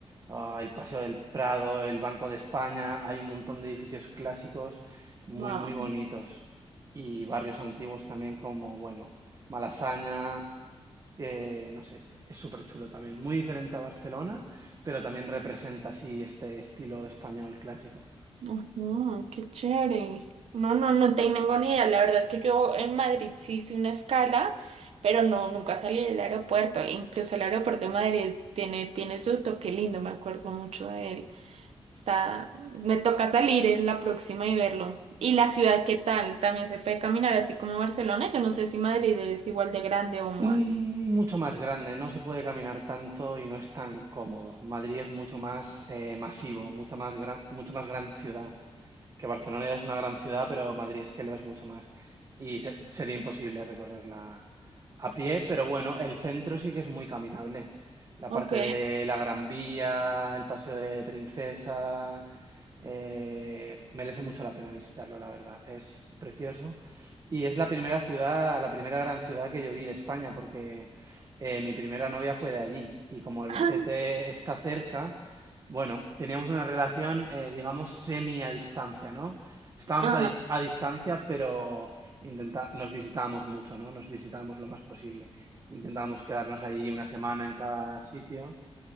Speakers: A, on the right; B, on the right.
A: ah, el Paseo del Prado, el Banco de España, hay un montón de edificios clásicos muy,
B: Wow,
A: muy bonitos. Y barrios antiguos también como, bueno, Malasaña, eh, no sé, es súper chulo también. Muy diferente a Barcelona, pero también representa así este estilo español clásico.
B: Ujú, qué chévere. No, no, no tengo ni idea. La verdad es que yo en Madrid sí hice una escala, pero no, nunca salí del aeropuerto. Incluso el aeropuerto de Madrid tiene, tiene su toque lindo, me acuerdo mucho de él. Está, me toca salir en la próxima y verlo. ¿Y la ciudad qué tal? ¿También se puede caminar así como Barcelona? Yo no sé si Madrid es igual de grande o más.
A: Mm, Mucho más grande, no se puede caminar tanto y no es tan cómodo. Madrid es mucho más eh, masivo, mucha más gran, mucho más gran ciudad. que Barcelona ya es una gran ciudad, pero Madrid es que lo es mucho más. Y se- sería imposible recorrerla a pie, pero bueno, el centro sí que es muy caminable. La
B: Ok.
A: parte de la Gran Vía, el Paseo de Princesa, eh, merece mucho la pena visitarlo, la verdad. Es precioso. Y es la primera ciudad, la primera gran ciudad que yo vi de España, porque eh, mi primera novia fue de allí. Y como Albacete
B: <laughs>
A: está cerca, bueno, teníamos una relación, eh, digamos, semi a distancia, ¿no? Estábamos
B: Ah,
A: a, dis-
B: ah,
A: a distancia, pero intenta nos visitábamos mucho, ¿no? Nos visitábamos lo más posible. Intentábamos quedarnos allí una semana en cada sitio